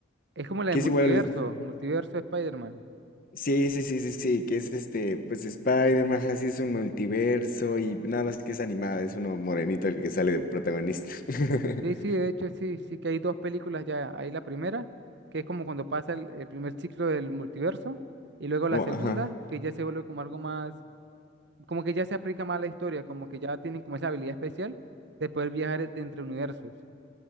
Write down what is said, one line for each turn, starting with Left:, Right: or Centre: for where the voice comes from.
Right: es como la
Left: que
Right: de Multiverso,
Left: es igual,
Right: Multiverso de Spider-Man.
Left: sí, sí, sí, sí, sí, que es este, pues Spider-Man, ajá, sí es un multiverso y nada más que es animada, es uno morenito el que sale de protagonista. <laughs>
Right: Sí, sí, de hecho, sí, sí que hay dos películas ya. Hay la primera, que es como cuando pasa el, el primer ciclo del multiverso, y luego la
Left: Oh,
Right: segunda,
Left: ajá.
Right: que ya se vuelve como algo más, como que ya se aplica más a la historia, como que ya tienen como esa habilidad especial de poder viajar de entre universos.